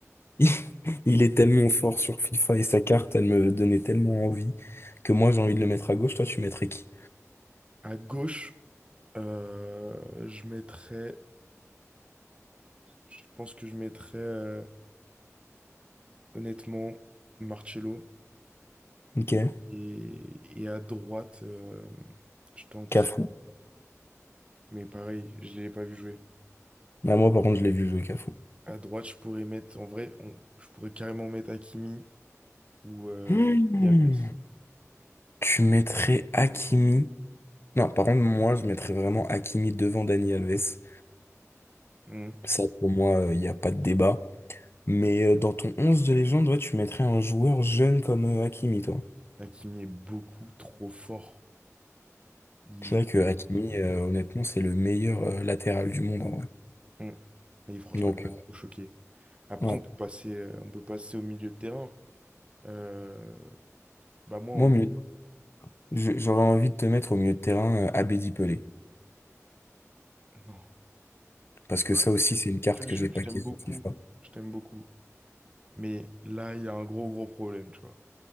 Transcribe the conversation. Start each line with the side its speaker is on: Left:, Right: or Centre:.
Left: <laughs> Il est tellement fort sur FIFA et sa carte, elle me donnait tellement envie que moi, j'ai envie de le mettre à gauche. Toi, tu mettrais qui?
Right: À gauche, euh, je mettrais, je pense que je mettrais, euh, honnêtement, Marcelo.
Left: Ok.
Right: Et, et à droite, euh, je tenterai.
Left: Cafu.
Right: Mais pareil, je l'ai pas vu jouer.
Left: Ah, moi, par contre, je l'ai vu jouer Cafu.
Right: À droite, je pourrais mettre, en vrai, on- je pourrais carrément mettre Hakimi ou euh,
Left: Hmm.
Right: Dani Alves.
Left: <gasps> <laughs> Tu mettrais Hakimi. Non, par contre, moi, je mettrais vraiment Hakimi devant Dani Alves.
Right: Hmm.
Left: Ça, pour moi, il n'y a pas de débat. Mais euh, dans ton 11 de légende, ouais, tu mettrais un joueur jeune comme euh, Hakimi, toi.
Right: Hakimi est beaucoup trop fort. Il
Left: C'est vrai
Right: est
Left: que Hakimi,
Right: beaucoup trop
Left: euh,
Right: fort.
Left: honnêtement, c'est le meilleur euh, latéral du monde, en vrai.
Right: Hmm. Et franchement,
Left: Donc,
Right: il m'a
Left: euh,
Right: trop choqué. Après,
Left: ouais.
Right: on peut passer, euh, on peut passer au milieu de terrain. Euh, bah moi,
Left: Moi, au
Right: en...
Left: milieu- je- j'aurais envie de te mettre au milieu de terrain euh, Abedi Pelé.
Right: non.
Left: Parce
Right: Tu
Left: que
Right: vois,
Left: ça aussi, c'est une carte
Right: tu vois,
Left: que
Right: Jules,
Left: j'ai paquée
Right: je t'aime
Left: sur
Right: beaucoup.
Left: FIFA.
Right: Je t'aime beaucoup. Mais là, il y a un gros, gros problème, tu vois.